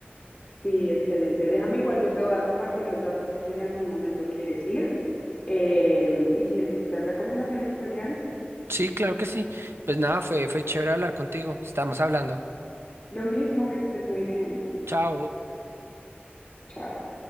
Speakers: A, on the left; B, on the right.
A: Sí, excelente. Déjame igual, yo te voy a compartir los datos por si en algún momento quieres ir. Eh, y si necesitas recomendaciones, pues me avisas.
B: Sí, claro que sí. Pues nada, fue, fue chévere hablar contigo. Estamos hablando.
A: Lo mismo, que estés muy bien.
B: Chao.
A: Chao.